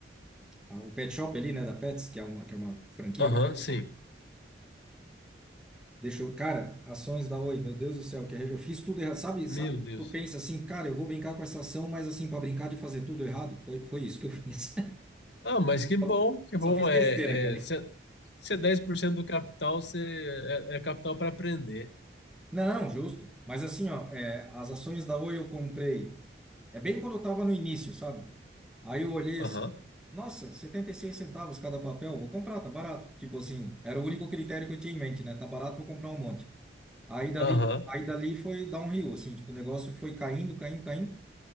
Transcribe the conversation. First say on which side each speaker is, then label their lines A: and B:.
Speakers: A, in the centre; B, on the left (about 70°).
A: a- o pet shop ali, né, da Pets, que é uma, que é uma franquia
B: Aham,
A: grande.
B: sim.
A: Deixa eu, cara, ações da Oi, meu Deus do céu, que eu fiz tudo errado. Sabe,
B: Meu
A: sabe quando
B: Deus.
A: tu pensa assim, cara, eu vou brincar com essa ação, mas assim, para brincar de fazer tudo errado? Foi, foi isso que eu fiz.
B: Ah, mas que bom,
A: <laughs>
B: que
A: Só
B: bom.
A: fiz
B: É,
A: besteira, cara.
B: é, se, se é 10% do capital, você é, é capital para aprender.
A: Não, justo. Mas assim, ó, é, as ações da Oi eu comprei. É bem quando eu estava no início, sabe? Aí eu olhei
B: Aham,
A: assim, nossa, 76 centavos cada papel, vou comprar, tá barato. Tipo assim, era o único critério que eu tinha em mente, né? Tá barato, vou comprar um monte. Aí dali,
B: aham.
A: aí dali foi downhill, assim, tipo, o negócio foi caindo, caindo, caindo.